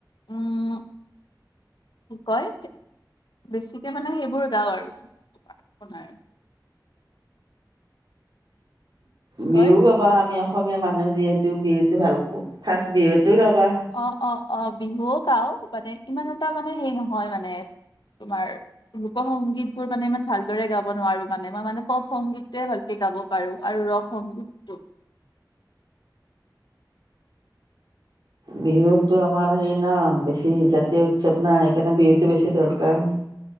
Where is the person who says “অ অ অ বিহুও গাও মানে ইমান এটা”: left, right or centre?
Left